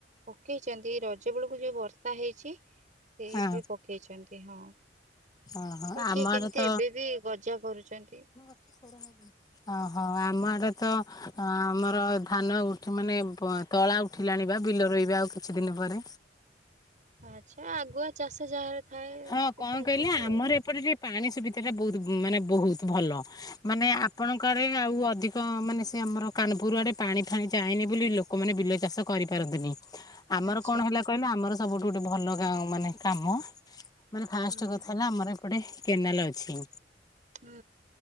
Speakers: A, on the right; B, on the left.
A: ପକେଇଛନ୍ତି ରଜ ବେଳକୁ ଯୋଉ ବର୍ଷା ହେଇଛି ସେ
B: ହଁ
A: ଏବେ ପଖେଇଛନ୍ତି ହଁ
B: ଓହୋ ଆମ
A: କିଏ କେମିତି
B: ଆଡେ ତ
A: ଏବେ ବି ଗଜା କରୁଛନ୍ତି।
B: <unintelligible> ଓହୋ ଆମ ଆଡେ ତ ଆମର ଧାନ ଉଠି ମାନେ ବ ତଳା ଉଠିଲା ଆଣିବା ବିଲ ରୋଇିବା ଆଉ କିଛି ଦିନ ପରେ।
A: ଆଚ୍ଛା ଆଗୁଆ ଚାଷ ଯାହାର ଥାଏ
B: ହଁ
A: ସେ
B: କଣ
A: କରିଛନ୍ତି
B: କହିଲେ ଆମର
A: ଆଉ।
B: ଏପଟେ ଟିକେ ପାଣି ସୁବିଧାଟା ବହୁତ ମାନେ ବହୁତ ଭଲ ମାନେ ଆପଣଙ୍କ ଆଡ଼େ ଆଉ ଅଧିକ ମାନେ ସେ ଆମର କାନପୁର ଆଡେ ପାଣି ଫାଣି ଯାଏନି ବୋଲି ଲୋକମାନେ ବିଲ ଚାଷ କରିପାରନ୍ତିନି। ଆମର
A: ଆଚ୍ଛା
B: କଣ ହେଲା କହିଲେ ଆମର ସବୁଠୁ ଗୋଟେ ଭଲ ଗାଁ ମାନେ କାମ ମାନେ
A: ହୁଁ
B: ଫାଷ୍ଟ କଥା ହେଲା ଆମର ଏପଟେ କେନାଲ ଅଛି
A: ହୁଁ।